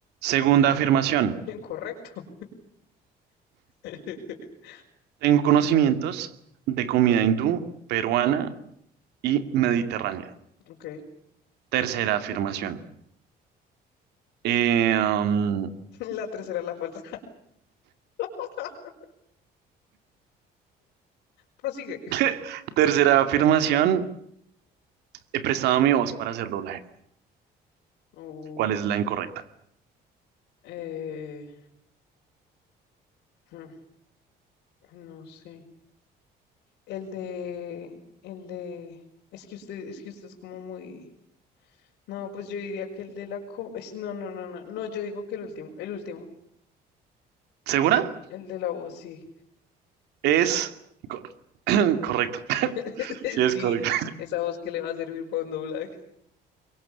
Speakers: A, on the right (about 75°); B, on the left (about 80°).
A: Segunda afirmación,
B: <laughs> correcto. <laughs>
A: tengo conocimientos de comida hindú, peruana y mediterránea.
B: Ok,
A: Tercera afirmación. eh, um,
B: <laughs> la tercera, la falsa. <laughs> Prosigue.
A: <laughs> tercera afirmación, he prestado mi voz para hacer doblaje.
B: Uy,
A: ¿Cuál es la incorrecta?
B: eh, hmm, no sé. El de, el de, es que usted, es que usted es como muy, no, pues yo diría que el de la, co- es, no, no, no, no, no, yo digo que el último, el último,
A: ¿Segura?
B: el de la voz, sí,
A: Es cor- <clears throat> correcto. <laughs>
B: <laughs>
A: Sí, es
B: sí,
A: correcto.
B: esa voz que le va a servir para un doblaje.